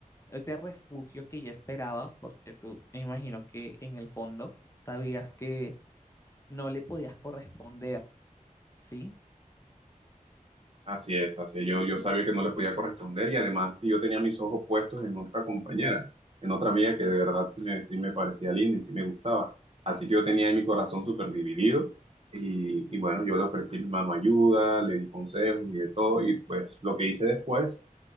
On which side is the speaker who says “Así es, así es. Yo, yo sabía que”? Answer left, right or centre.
Right